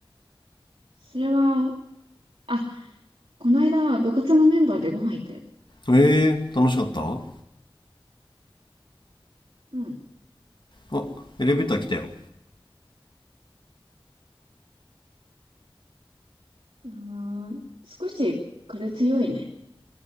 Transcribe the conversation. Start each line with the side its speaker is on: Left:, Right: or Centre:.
Right: それは、あ、この間、部活のメンバーでご飯行ったよ。
Left: ええー、楽しかった
Right: うん
Left: あ、エレベーター来たよ。
Right: うーん、少し風強いね。